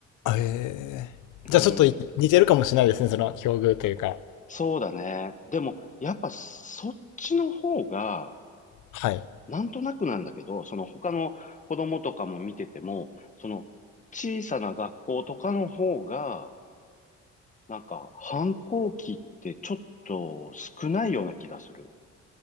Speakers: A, on the left; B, on the left.
A: えー、
B: うん、
A: じゃあちょっとい似てるかもしれないですねその境遇というか
B: そうだね。でも、やっぱそっちの方が、
A: はい
B: なんとなくなんだけど、その他の子供とかも見てても、その小さな学校とかの方が、なんか反抗期ってちょっと少ないような気がする。